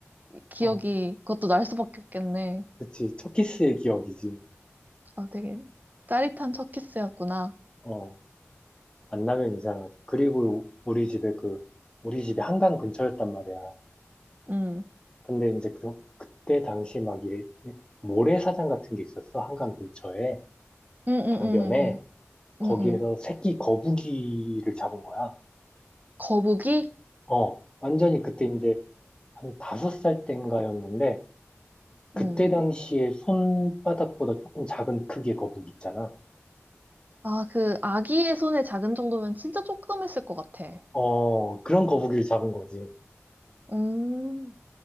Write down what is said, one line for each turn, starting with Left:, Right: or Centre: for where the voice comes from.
Right: 기억이
Left: 어,
Right: 그것도 날 수밖에 없겠네.
Left: 그치. 첫 키스의 기억이지.
Right: 아, 되게 짜릿한 첫 키스였구나.
Left: 어, 만나면 이상하지. 그리고 우리 집에 그, 우리 집이 한강 근처였단 말이야.
Right: 음,
Left: 근데 이제 그, 그때 당시 막 이, 이 모래사장 같은 게 있었어. 한강 근처에.
Right: 음, 음,
Left: 강변에.
Right: 음, 음,
Left: 거기에서
Right: 음. 음. 음.
Left: 새끼 거북이를 잡은 거야.
Right: 거북이?
Left: 어, 완전히 그때 이제 한 다섯 살 땐가였는데, 그때
Right: 음.
Left: 당시에 손바닥보다 조금 작은 크기의 거북이 있잖아.
Right: 아, 그 아기의 손의 작은 정도면 진짜 조금 했을 것 같아.
Left: 어, 그런 거북이를 잡은 거지.
Right: 음,